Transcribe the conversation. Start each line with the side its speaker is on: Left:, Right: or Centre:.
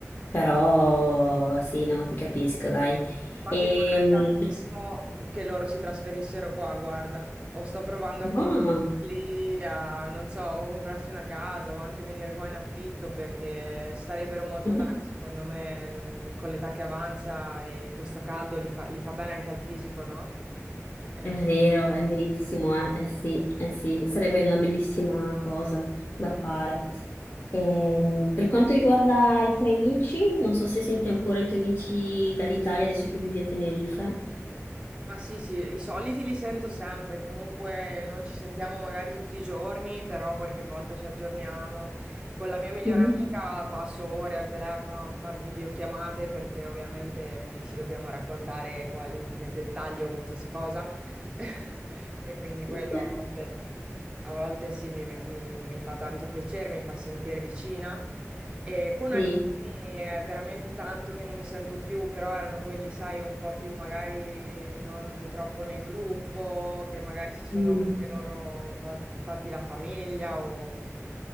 Left: Però sì, no, ti capisco, dai.
Right: Infatti
Left: E,
Right: vorrei tantissimo che loro si trasferissero qua, guarda, o sto provando
Left: no,
Right: a convincerli a, non so, o comprarsi una casa o anche venire qua in affitto perché starebbero molto
Left: <laughs>
Right: bene, secondo me, mm, con l'età che avanza e questo caldo li fa, li fa bene anche al fisico, no? Eh.
Left: è vero, è verissimo, eh, eh sì, eh sì, sarebbe una bellissima cosa da fare. Ehm, per quanto riguarda i tuoi amici, non so se senti ancora i tuoi amici dall'Italia adesso che vivi a Tenerife.
Right: Ma sì, sì, i soliti li sento sempre, comunque non ci sentiamo magari tutti i giorni, però qualche volta ci aggiorniamo. Con la mia migliore
Left: Mhm.
Right: amica passo ore al telefono a far videochiamate perché ovviamente eh, ci dobbiamo raccontare qual- nel dettaglio qualsiasi cosa <laughs> e quindi quello
Left: <laughs>
Right: a volte, a volte sì mi mi- mi mi fa tanto piacere, mi fa sentire vicina. E con
Left: Sì,
Right: alcuni è veramente tanto che non mi sento più, però erano quelli, sai, un po' più magari non troppo nel gruppo, che magari si sono
Left: Mm.
Right: anche loro un po' fatti la famiglia o,